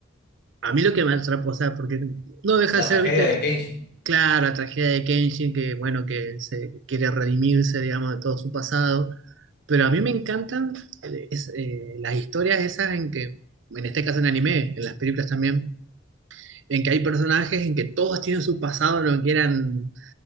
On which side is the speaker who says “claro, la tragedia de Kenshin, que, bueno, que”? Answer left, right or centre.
Right